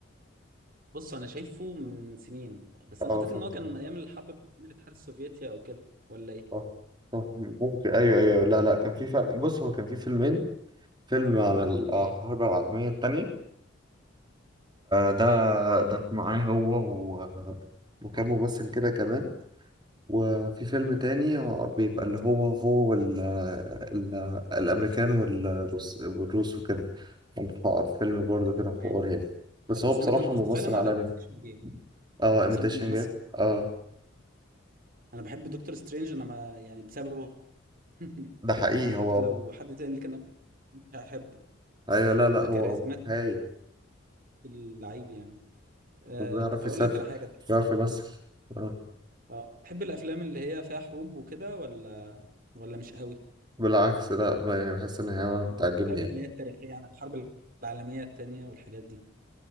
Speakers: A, on the right; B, on the right.
A: بص انا شايفه من سنين بس
B: اه
A: انا اعتقد
B: فهمت
A: ان هو كان ايام الحرب بين الاتحاد السوفيتي او كده ولا ايه
B: صح صح ممكن ايوه ايوه لا لا كان في فرق بص هو كان في فيلمين فيلم عن الحرب
A: اوكي
B: العالميه الثانيه ده
A: تمام
B: ده معاه هو و... وكان ممثل كده كمان وفي فيلم
A: مم.
B: تاني آه، بيبقى اللي هو هو وال... ال... الامريكان والروس والروس وكده كان ح- فيلم برضه كده
A: تمام
B: حوار يعني بس هو
A: بس
B: بصراحه
A: انا كان قصدي
B: ممثل
A: فعلا
B: عالمي
A: على ايميتيشن جيم
B: اه ايميتيشن
A: هو مسل- ممثل
B: جيم اه
A: انا بحب دكتور سترينج انا ما يعني بسببه <laughs>
B: ده حقيقي
A: انا اعتقد
B: هو
A: لو حد تاني اللي كان مش هحبه
B: ايوه لا
A: هو
B: لا هو
A: كاريزماتيك
B: هايل
A: اللعيب يعني أه
B: وبيعرف
A: طب هقول
B: يسد
A: لك على حاجه
B: بيعرف يمثل اه
A: اه تحب الافلام اللي هي فيها حروب وكده ولا ولا مش قوي
B: بالعكس لا ما- يعني بحس ان هي بتعجبني
A: او الافلام
B: يعني
A: اللي هي التاريخيه عن الحرب العالميه التانية والحاجات دي